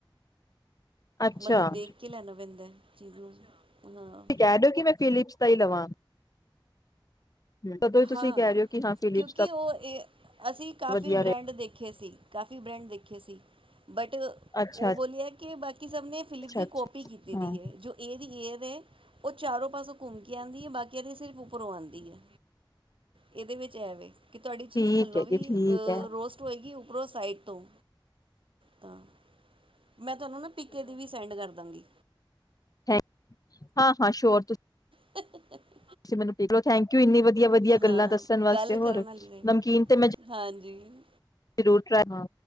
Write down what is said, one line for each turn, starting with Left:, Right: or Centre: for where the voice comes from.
Left: ਅੱਛਾ
Right: ਮਤਲਬ
Left: ਤੁਸੀਂ
Right: ਦੇਖ ਕੇ ਲੈਣਾ ਪੈਂਦਾ ਹੈ। ਚੀਜ਼ ਰੋਜ਼ ਨਾ
Left: ਕਹਿ ਰਹੇ ਹੋ ਕਿ ਮੈਂ ਫਿਲਿਪਸ ਦਾ ਹੀ ਲਵਾਂ ਤਦੋਂ ਹੀ ਤੁਸੀਂ
Right: ਹਾਂ,
Left: ਕਹਿ ਰਹੇ ਹੋ ਕਿ ਹਾਂ ਫਿਲਿਪਸ
Right: ਕਿਉਂਕਿ
Left: ਦਾ
Right: ਉਹ ਇਹ ਅਸੀਂ ਕਾਫੀ
Left: ਵਧੀਆ ਰਹੇ
Right: ਬ੍ਰੈਂਡ ਦੇਖੇ ਸੀ ਕਾਫੀ ਬ੍ਰੈਂਡ ਦੇਖੇ ਸੀ ਬਟ
Left: ਅੱਛਾ
Right: ਉਹ ਬੋਲਏ ਕਿ ਬੱਚੇ ਕਿ ਸਭ ਨੇ ਫਿਲਿਪ
Left: ਅੱਛਾ
Right: ਦੀ
Left: ਅੱਛਾ
Right: ਕਪੀ ਕੀਤੀ
Left: ਹਾਂ
Right: ਦੀ ਹੈ ਜੋ ਇਹਦੀ ਨੇ ਉਹ ਚਾਰੋਂ ਪਾਸੋਂ ਘੁੰਮਕ ਆਉਂਦੀ ਆ ਬਾਕੀਆਂ ਸਿਰਫ ਉਪਰੋਂ ਆਉਂਦੀ ਹੈ ਇਹਦੇ ਵਿੱਚ ਐਵੇ ਕਿ ਤੁਹਾਡੀ
Left: ਠੀਕ
Right: ਚੀਜ਼ ਥੱਲੋਂ
Left: ਹੈ
Right: ਵੀ
Left: ਜੀ ਠੀਕ ਹੈ
Right: ਰੋਸਟ ਹੋਏਗੀ, ਉੱਪਰੋਂ ਸਾਈਡ ਤੋਂ ਤਾਂ ਮੈਂ ਤੁਹਾਨੂੰ ਨਾ ਪਿੱਕ ਇਹਦੀ ਵੀ ਸੈਂਡ ਕਰ ਦਾਂਗੀ।
Left: ਥੈੰ ਹਾਂ, ਹਾਂ ਸ਼ਯੋਰ ਤੁਸੀਂ
Right: <inaudible>
Left: ਤੁਸੀ ਮੈਨੂੰ ਦੇਖ ਲਉ ਥੈਂਕਯੂ ਇੰਨੀ ਵਧੀ ਵਧੀਆ-ਵਧੀਆ
Right: ਹਾਂ
Left: ਗੱਲਾਂ ਦੱਸਣ ਵਾਸਤੇ
Right: ਗੱਲ ਕਰਨ
Left: ਹੋਰ
Right: ਵਾਲੀ ਰਹੀ
Left: ਨਮਕੀਨ ਤੇ ਮੈਂ ਜ਼ਰੂਰ
Right: ਹਾਂਜੀ
Left: ਟਰਾਈ